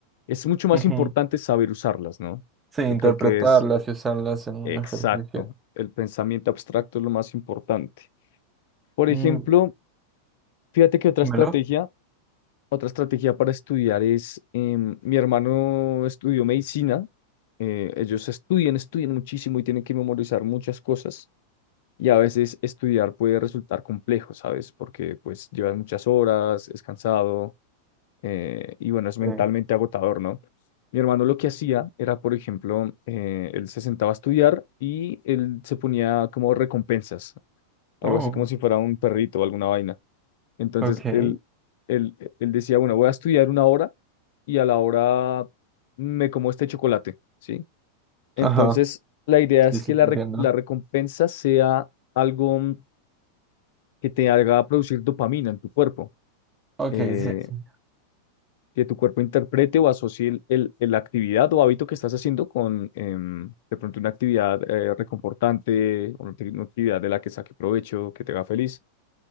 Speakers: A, on the left (about 55°); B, on the right (about 15°).
A: es mucho más
B: Ujú.
A: importante saber usarlas, ¿no?
B: Sí, interpretarlas
A: Que creo que es
B: y usarlas en un
A: exacto.
B: ejercicio.
A: El pensamiento abstracto es lo más importante. Por
B: Mm,
A: ejemplo, fíjate que otra
B: ¿me
A: estrategia,
B: lo?
A: otra estrategia para estudiar es, em, mi hermano estudió medicina, eh, ellos estudian, estudian muchísimo y tienen que memorizar muchas cosas y a veces estudiar puede resultar complejo, ¿sabes? Porque pues llevas muchas horas, es cansado eh, y bueno, es mentalmente
B: Sí.
A: agotador, ¿no? Mi hermano lo que hacía era, por ejemplo, eh, él se sentaba a estudiar y él se ponía como recompensas, algo
B: Oh,
A: así como si fuera un perrito o alguna vaina. Entonces
B: ok.
A: él, él, él decía, bueno, voy a estudiar una hora y a la hora me como este chocolate, ¿sí? Entonces
B: Ajá,
A: la idea es
B: sí, sí,
A: que la,
B: te
A: re-
B: entiendo.
A: la recompensa sea algo mm, que te haga producir dopamina en tu cuerpo,
B: Ok,
A: eh,
B: sí, sí.
A: que tu cuerpo interprete o asocie el, el- el- la actividad o hábito que estás haciendo con em, de pronto una actividad eh, reconfortante, una acti- una actividad de la que saque provecho, que te haga feliz.